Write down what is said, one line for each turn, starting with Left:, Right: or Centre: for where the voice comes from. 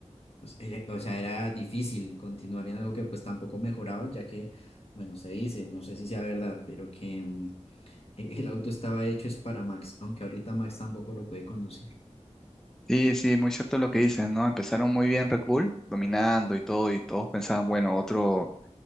Left: pues, eh, o sea, era difícil continuar en algo que pues tampoco mejoraba, ya que, bueno, se dice, no sé si sea verdad, pero que mm, e- el auto estaba hecho es para Max, aunque ahorita Max tampoco lo puede conducir.
Centre: Sí, sí, muy cierto lo que dices, ¿no? Empezaron muy bien Red Bull, dominando y todo, y todos pensaban, bueno, otro,